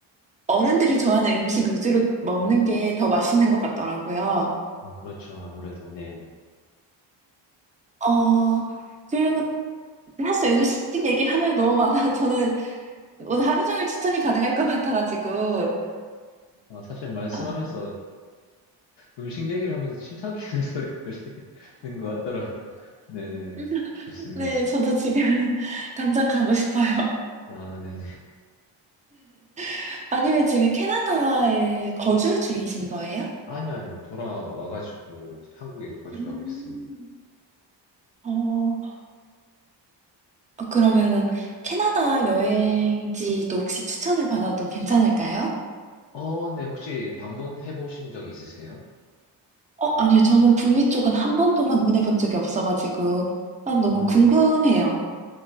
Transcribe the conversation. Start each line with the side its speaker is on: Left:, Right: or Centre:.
Right: 어른들이 좋아하는 음식 위주로 먹는 게 더 맛있는 것 같더라고요.
Left: 아, 그렇죠. 아무래도, 네.
Right: 어, 그리고 사실 음식 얘기를 하면 너무 많아. <laughs> 저는 오늘 하루 종일 추천이 가능할 것 같아가지고.
Left: 아, 사실 말씀하면서
Right: 아.
Left: 음식 얘기를 하면서 침 삼키는 <laughs> 소리가 들리는 것 같더라고요. 네네.
Right: <laughs>
Left: 좋습니다.
Right: 네, 저도 지금 <laughs> 당장 가고 싶어요.
Left: 아, 네네.
Right: <laughs> 아니면 지금 캐나다에 거주 중이신 거예요?
Left: 아니요, 아니요. 돌아와가지고 이제 한국에 거주하고
Right: 음,
Left: 있습니다.
Right: 어, 그러면은 캐나다 여행지도 혹시 추천을 받아도 괜찮을까요?
Left: 어, 네. 혹시 방문해 보신 적 있으세요?
Right: 어, 아니요. 저는 북미 쪽은 한 번도 방문해 본 적이 없어가지고, 난 너무
Left: 어, 네.
Right: 궁금해요.